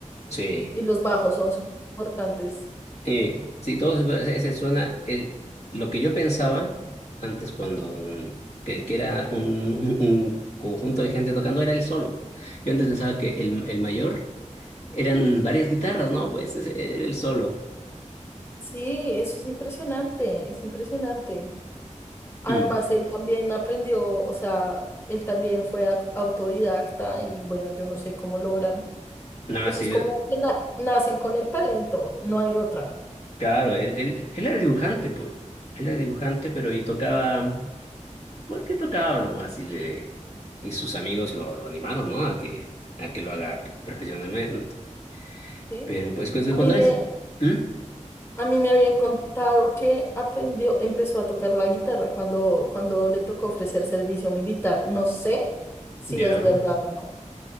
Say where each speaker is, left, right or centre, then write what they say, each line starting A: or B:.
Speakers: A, on the left; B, on the left.
A: sí,
B: Y los bajos son súper importantes.
A: eh, sí, todo se- ese suena, el, lo que yo pensaba antes cuando, mm, que, que era un, un- un conjunto de gente tocando, era el solo. Yo antes pensaba que el, el mayor eran varias guitarras, ¿no? Pues ese era el solo.
B: Sí, eso es impresionante, es impresionante. Además,
A: Mm.
B: él también aprendió, o sea, él también fue ac- autodidacta y bueno, yo no sé cómo logran.
A: No,
B: Eso
A: sí.
B: es como que na- nacen con el talento, no hay otra.
A: Claro, él, él, él era dibujante, pues. Él era dibujante, pero y tocaba, porque tocaba nomás, y le, y sus amigos lo, lo animaron, ¿no? A que, a que lo haga profesionalmente.
B: ¿sí?
A: Pero pues pues,
B: A
A: cuando
B: mí me,
A: eres. ¿Mm?
B: A mí me habían contado que aprendió, empezó a tocar la guitarra cuando, cuando le tocó ofrecer servicio militar. No sé si
A: Ya.
B: es verdad o no.